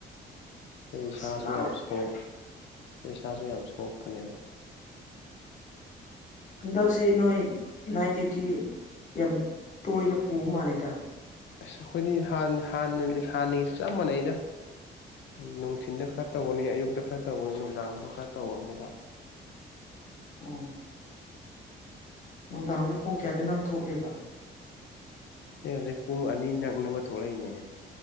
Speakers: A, on the left (about 65°); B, on the left (about 40°).
A: ꯑꯩ ꯏꯁꯥꯁꯨ
B: ꯑꯁ ꯅꯥꯟ
A: ꯌꯥꯝ ꯁꯣꯛ ꯏꯁꯥꯖꯨ ꯌꯥꯝ ꯁꯣꯛꯄꯅꯦꯕ <inaudible>
B: ꯍꯟꯗꯛꯁꯤ ꯅꯣꯏ ꯅꯥꯏꯠ ꯗ꯭ꯌꯨꯏꯇꯤ ꯌꯥꯝ ꯇꯣꯏꯅ ꯄꯨꯕ ꯃꯥꯜꯂꯤꯗ
A: ꯑꯁ ꯑꯩꯈꯣꯏꯗꯤ ꯍꯥꯟꯅ ꯍꯥꯟꯅꯗꯤ ꯍꯥꯟꯅꯒꯤ ꯆꯞ ꯃꯥꯟꯅꯩꯩꯗ ꯅꯨꯡꯊꯤꯟꯗ ꯈꯔ ꯇꯧꯕꯅꯤ ꯑꯌꯨꯛꯇ ꯈꯔ ꯇꯧꯕ ꯅꯨꯡꯗꯥꯡꯗꯁꯨ ꯈꯔ ꯇꯧꯕ ꯑꯃꯨꯛꯀ
B: ꯎꯝ ꯅꯨꯡꯗꯥꯡꯗ ꯄꯨꯡ ꯀꯌꯥꯗꯩ ꯅꯪ ꯊꯣꯛꯂꯤꯕ
A: ꯑꯩ ꯍꯧꯖꯤꯛ ꯄꯨꯡ ꯑꯅꯤ ꯅꯪꯅꯕ ꯊꯣꯛꯂꯛꯏꯅꯦ